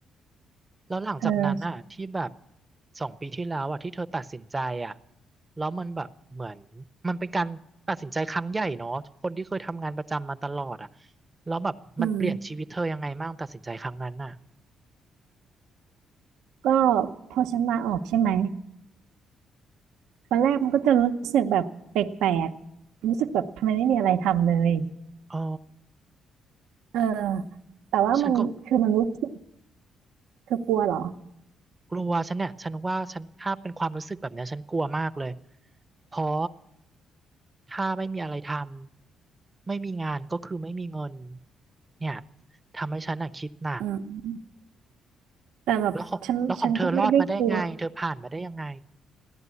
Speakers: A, on the right (about 20°); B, on the right (about 80°).
A: แล้วหลังจากนั้นอ่ะที่แบบ
B: เออ
A: สองปีที่แล้วอ่ะที่เธอตัดสินใจอ่ะแล้วมันแบบเหมือนมันเป็นการตัดสินใจครั้งใหญ่เนาะคนที่เคยทำงานประจำมาตลอดอ่ะแล้วแบบมันเปลี่ยนชีวิตเธอยังไงบ้างตัดสินใจครั้งนั้นอ่ะ
B: อืมก็พอฉันลาออกใช่ไหมวันแรกมันก็จะรู้สึกแบบแปลกๆรู้สึกแบบทำไมไม่มีอะไรทำเลย
A: อ๋อ
B: เออแต่ว่ามันคือมันรู้สึก
A: ฉันก็
B: เธอกลัวเหรอ
A: กลัวฉันเนี่ยฉันว่าฉันถ้าเป็นความรู้สึกแบบเนี้ยฉันกลัวมากเลยเพราะถ้าไม่มีอะไรทำไม่มีงานก็คือไม่มีเงินเนี่ยทำให้ฉันอ่ะคิดหนัก
B: อืมแต่แบบฉันฉันก็ไม่ได้กลัว
A: แล้วของแล้วของเธอรอดมาได้ไงเธอผ่านมาได้ยังไง